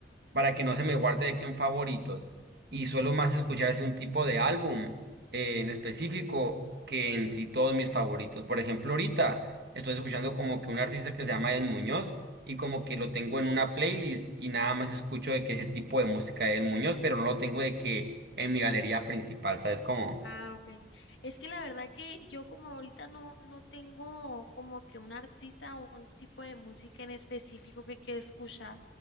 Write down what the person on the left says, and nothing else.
Ah, ok. Es que la verdad que yo como ahorita no, no tengo como que un artista o un tipo de música en específico que quiero escuchar,